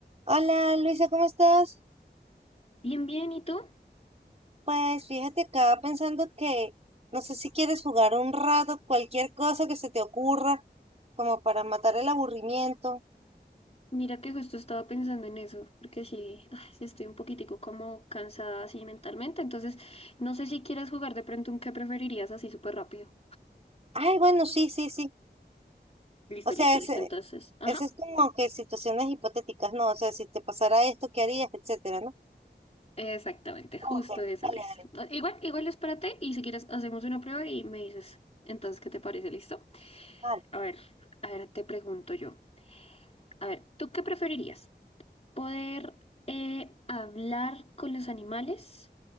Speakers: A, on the right (about 35°); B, on the left (about 35°).
A: Hola Luisa, ¿cómo estás?
B: Bien, bien, ¿y tú?
A: Pues fíjate acá pensando que no sé si quieres jugar un rato, cualquier cosa que se te ocurra, como para matar el aburrimiento.
B: Mira que justo estaba pensando en eso, porque sí, ay, sí estoy un poquitico como cansada así mentalmente, entonces no sé si quieres jugar de pronto un qué preferirías así súper rápido.
A: Ay, bueno, sí, sí, sí.
B: Listo,
A: O sea,
B: listo,
A: ese,
B: listo, entonces, ajá,
A: ese es como que situaciones hipotéticas, ¿no? O sea, si te pasara esto, ¿qué harías? Etcétera, ¿no?
B: exactamente,
A: Ok,
B: justo
A: dale,
B: eso es.
A: dale.
B: Ah, Igual, igual espérate y si quieres hacemos una prueba y me dices, entonces, ¿qué te parece? ¿Listo?
A: Vale.
B: A ver, a ver, te pregunto yo, a ver, ¿tú qué preferirías? poder eh, hablar con los animales